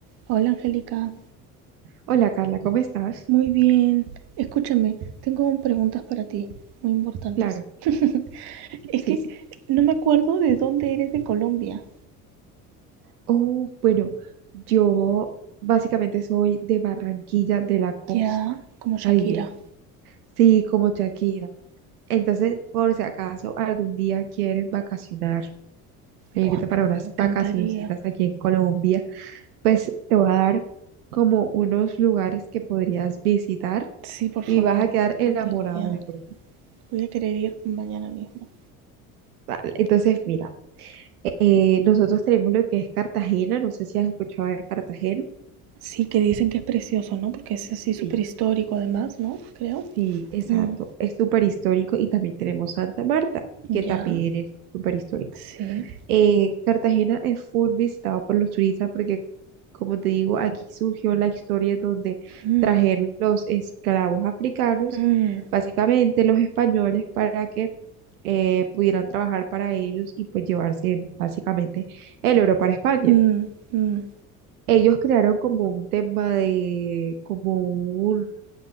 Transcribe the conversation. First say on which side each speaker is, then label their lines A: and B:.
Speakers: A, on the right (about 60°); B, on the right (about 85°).
A: Hola Angélica,
B: Hola Carla, ¿cómo estás?
A: muy bien. Escúchame, tengo preguntas para ti, muy importantes.
B: Claro,
A: <laughs> Es
B: sí,
A: que
B: sí.
A: no me acuerdo de dónde eres de Colombia.
B: Oh, bueno, yo básicamente soy de Barranquilla, de la costa
A: Ya, como
B: Caribe.
A: Shakira.
B: Sí, como Shakira. Entonces, por si acaso algún día quieres vacacionar, irte
A: Buah, me,
B: para
A: en-
B: unas
A: me encantaría.
B: vacacioncitas aquí en Colombia, pues te voy a dar como unos lugares que podrías visitar
A: Sí, por favor,
B: y vas a quedar
A: me
B: enamorada
A: encantaría.
B: de Colombia.
A: Voy a querer ir mañana mismo.
B: Vale, Entonces, mira, eh, nosotros tenemos lo que es Cartagena, no sé si has escuchado de Cartagena.
A: Sí, que dicen que es precioso, ¿no? Porque es así súper
B: Sí.
A: histórico además, ¿no? Creo.
B: Sí, exacto.
A: Mm,
B: Es súper histórico y también tenemos Santa Marta, que
A: ya,
B: también es súper histórico.
A: sí.
B: Eh, Cartagena es full visitado por los turistas porque, como te digo, aquí surgió la historia donde
A: Mm,
B: trajeron los esclavos africanos,
A: mm,
B: básicamente los españoles, para que eh, pudieran trabajar para ellos y pues llevarse básicamente el oro para España.
A: mm, mm,
B: Ellos crearon como un tema de, como un-